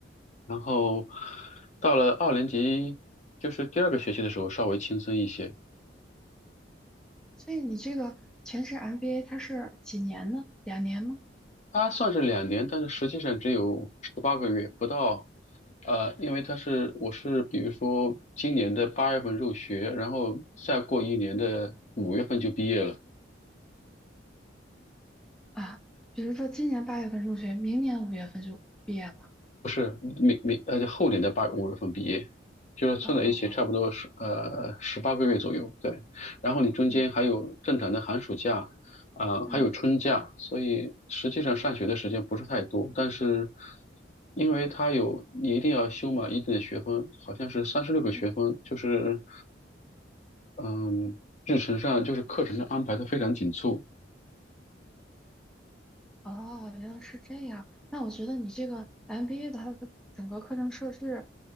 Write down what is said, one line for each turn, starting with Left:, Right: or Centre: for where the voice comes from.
Left: 然后到了二年级，就是第二个学期的时候稍微轻松一些，
Centre: 所以你这个全职 MBA 它是几年呢？两年吗？
Left: 它算是两年，但是实际上只有十八个月不到。呃，因为它是我是比如说今年的八月份入学，然后再过一年的五月份就毕业了。
Centre: 嗯，啊，比如说今年八月份入学，明年五月份就毕业了。
Left: 不是明明呃，就后年的八五月份毕业，就是凑在一起差不多是呃十八个月左右，
Centre: 哦哦哦，
Left: 对。然后你中间还有正常的寒暑假，
Centre: 嗯。
Left: 啊、
Centre: 嗯
Left: 还有春假，所以实际上上学的时间不是太多。但是因为它有你一定要修满一定的学分，好像是三十六个学分，
Centre: 嗯。
Left: 就是嗯，日程上就是课程上安排的非常紧凑。
Centre: 哦，原来是这样。那我觉得你这个 MBA 的它的整个课程设置，